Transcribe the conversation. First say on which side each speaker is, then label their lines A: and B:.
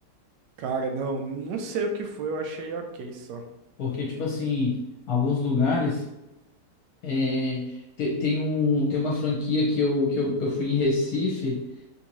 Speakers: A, on the right; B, on the left.
A: Cara, não, não não sei o que foi, eu achei ok só.
B: Porque, tipo assim, alguns lugares é, te- tem um, tem uma franquia que eu, que eu, eu fui em Recife.